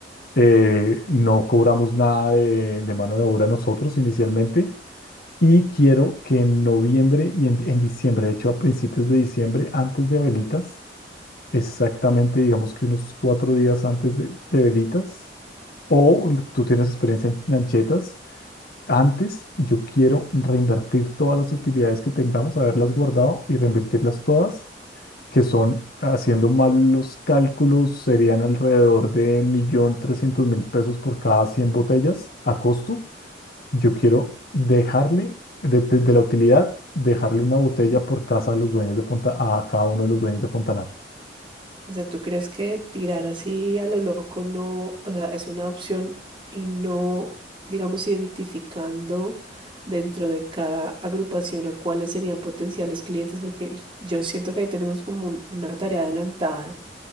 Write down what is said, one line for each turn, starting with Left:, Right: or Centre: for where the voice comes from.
Left: Eh, no cobramos nada de, de mano de obra nosotros inicialmente. Y quiero que en noviembre y en, en diciembre, de hecho a principios de diciembre, antes de Velitas, exactamente digamos que unos cuatro días antes de, de Velitas, o l- tú tienes experiencia en lanchetas, antes yo quiero reinvertir todas las utilidades que tengamos, haberlas guardado y reinvertirlas todas, que son, haciendo mal los cálculos, serían alrededor de 1.300.000 pesos por cada 100 botellas a costo. Yo quiero dejarle, de, de- de la utilidad, dejarle una botella por casa a los dueños de Fonta, a cada uno de los dueños de Fontanar.
Right: O sea, ¿tú crees que tirar así a lo loco no, o sea, es una opción y no, digamos, identificando dentro de cada agrupación a cuáles serían potenciales clientes? Porque yo siento que ahí tenemos como un- una tarea adelantada